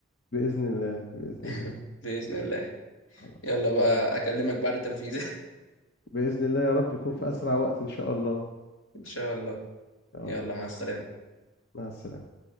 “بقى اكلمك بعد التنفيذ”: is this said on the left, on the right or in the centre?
Left